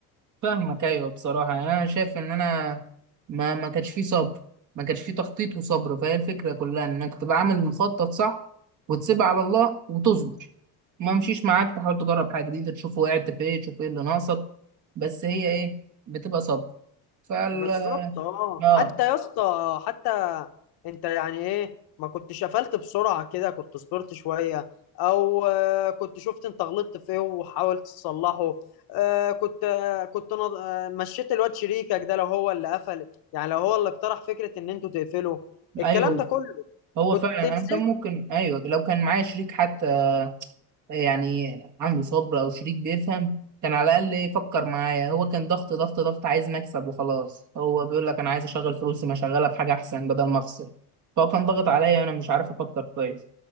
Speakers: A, on the right (about 45°); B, on the left (about 60°).
A: فاهمك ايوه بصراحه يعني انا شايف ان انا ما ما كانش فيه صبر ما كانش فيه تخطيط وصبر فهي الفكره كلها انك تبقى عامل مخطط صح وتسيبها على الله وتصبر ما مشيش معاك تحاول تجرب حاجه جديده تشوف وقعت في ايه تشوف ايه اللي ناقصك بس هي ايه بتبقى صبر فال
B: بالظبط اه
A: اه
B: حتى يا اسطى حتى انت يعني ايه ما كنتش قفلت بسرعة كده كنت صبرت شوية او آه، كنت شفت انت غلطت في ايه وحاولت تصلحه آه، كنت آه، كنت نض- آه، مشيت الواد شريكك ده لو هو اللي قفل يعني لو هو اللي اقترح فكرة ان انتوا تقفلوا الكلام
A: ايوه
B: ده كله
A: هو
B: كنت
A: فعلا
B: نزلت
A: انا كان ممكن ايوه لو كان معايا شريك حتى يعني عنده صبر او شريك بيفهم كان على الاقل يفكر معايا هو كان ضغط ضغط ضغط عايز مكسب وخلاص هو بيقول لك انا عايز اشغل فلوسي ما اشغلها في حاجه احسن بدل ما افصل فهو كان ضغط عليا انا مش عارف افكر كويس